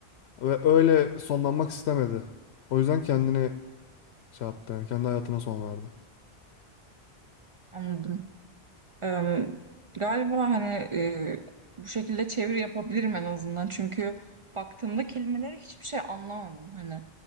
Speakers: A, on the left; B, on the right.
A: Ve öyle sonlanmak istemedi. O yüzden kendini şey yaptı yani kendi hayatına son verdi.
B: Anladım. Eee, galiba hani eee, bu şekilde çeviri yapabilirim en azından. Çünkü baktığımda kelimelere hiçbir şey anlamadım. Hani